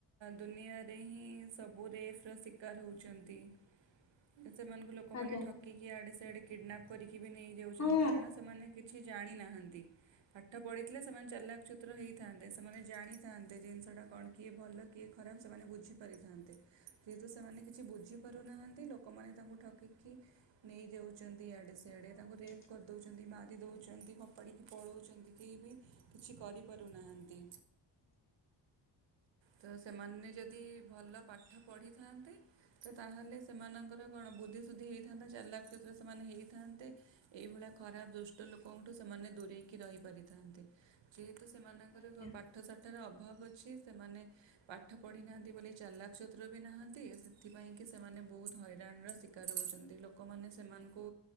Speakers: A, on the right; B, on the left.
A: ଦୁନିଆରେ ହିଁ ସବୁ ରେଫ୍ ର ଶିକାର ହେଉଛନ୍ତି। ସେମାନଙ୍କୁ ଲୋକ ଲୋକମାନେ
B: ଆଜ୍ଞା
A: ଠକିକି ଆଡ଼େ ସେଆଡ଼େ କିଡ଼ନାପ୍ କରିକି ବି ନେଇଯାଉଛନ୍ତି
B: ହଁ
A: କାରଣ ସେମାନେ କିଛି ଜାଣିନା ହାନ୍ତି। ପାଠ ପଢିଥିଲେ ସେମାନେ ଚଲାକଚତୁର ହେଇଥାନ୍ତେ ସେମାନେ ଜାଣିଥାନ୍ତେ ଜିନିଷ ଟା କଣ କିଏ ଭଲ କିଏ ଖରାପ ସେମାନେ ବୁଝିପାରିଥାନ୍ତେ। ଯେହେତୁ ସେମାନେ କିଛି ବୁଝି ପାରୁନାହାନ୍ତି ଲୋକମାନେ ତାଙ୍କୁ ଠକିକି ନେଇଯାଉଛନ୍ତି ଆଡେ ସିଆଡେ
B: ଆଜ୍ଞା
A: ତାଙ୍କୁ ରେଫ୍ କରିଦଉଛନ୍ତି ମାରି ଦଉଛନ୍ତି ଫୋପାଡ଼ି କି ପଲୋଉଛନ୍ତି କେହି ବି କିଛି କରିପାରୁନାହାନ୍ତି ତ ସେମାନେ ଯଦି ଭଲ ପାଠ ପଢ଼ିଥାନ୍ତେ। ତ ତାହେଲେ ସେମାନଙ୍କର କଣ ବୁଦ୍ଧି ସୁୁଦ୍ଧି ହେଇଥାନ୍ତା ଚାଲକ୍ ଚତୁର ସେମାନେ ହେଇଥାନ୍ତେ। ଏଇଭଳିଆ ଖରାପ ଦୁଷ୍ଟ ଲୋକଙ୍କଠୁ ସେମାନେ ଦୂରେଇକି ରହି ପାରିଥାନ୍ତି ଯେହେତୁ ସେମାନଙ୍କର
B: ଆଜ୍ଞା
A: କଣ ପାଠ ଶାଠର ଅଭାବ ଅଛି ସେମାନେ ପାଠ ପଢ଼ିନାହାନ୍ତି ବୋଲି ଚାଲାକ ଚତୁର ବି ନାହାନ୍ତି ସେଥିପାଇଁ କି ସେମାନେ ବହୁତ ହଇରାଣର ଶିକାର ହଉଛନ୍ତି ଲୋକମାନେ ସେମାନଙ୍କୁ